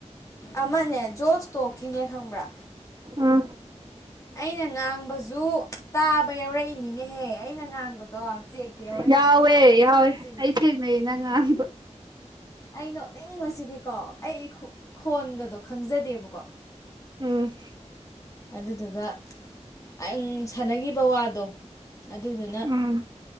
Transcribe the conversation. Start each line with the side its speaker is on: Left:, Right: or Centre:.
Left: ꯑꯃꯅꯦ ꯖꯣꯁ ꯇꯣꯛꯀꯤꯅꯦ ꯈꯪꯕ꯭ꯔꯥ
Right: ꯑꯥ
Left: ꯑꯩꯅ ꯉꯥꯡꯕꯁꯨ ꯇꯥꯕ ꯌꯥꯎꯔꯛꯏꯅꯤꯅ ꯑꯦꯍꯦ ꯑꯩꯅ ꯉꯥꯡꯕꯗꯣ ꯆꯦꯛꯇ ꯌꯥꯎꯔꯛꯏꯕ
Right: ꯌꯥꯎꯋꯦ
Left: ꯑꯩ ꯅꯣꯛꯅꯤꯡꯕꯁꯤꯗꯤ
Right: ꯌꯥꯎꯋꯦ ꯑꯩ ꯊꯦꯡꯅꯩ ꯅꯪ ꯑꯝꯕ
Left: ꯑꯩ ꯅꯣꯛꯅꯤꯡꯕꯁꯤꯗꯤꯀꯣ ꯑꯩ ꯈꯣꯟꯒꯗꯣ ꯈꯪꯖꯗꯦꯕꯀꯣ
Right: ꯎꯝ
Left: ꯑꯗꯨ ꯑꯗꯨꯒ ꯑꯩꯪ ꯁꯅꯈꯤꯕ ꯋꯥꯗꯣ ꯑꯗꯨꯗꯨꯅ
Right: ꯎꯝ